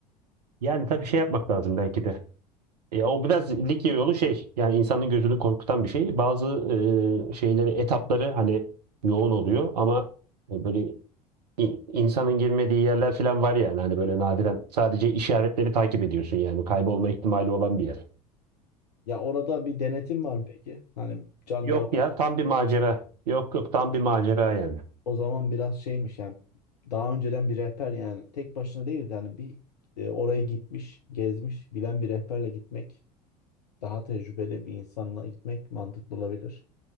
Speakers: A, on the right (about 70°); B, on the left (about 75°).
A: Yani tabii şey yapmak lazım belki de. Ya o biraz lig yolu şey yani insanın gözünü korkutan bir şey. Bazı e, şeyleri etapları hani yoğun oluyor ama e, böyle i- insanın girmediği yerler falan var yani hani böyle nadiren sadece işaretleri takip ediyorsun yani kaybolma ihtimali olan bir yer.
B: Ya orada bir denetim var mı peki? Hani jandarma
A: Yok ya tam bir macera. Yok yok tam bir macera yani.
B: o zaman biraz şeymiş yani daha önceden bir rehber yani tek başına değil de hani bir e, oraya gitmiş, gezmiş, bilen bir rehberle gitmek, daha tecrübeli bir insanla gitmek mantıklı olabilir.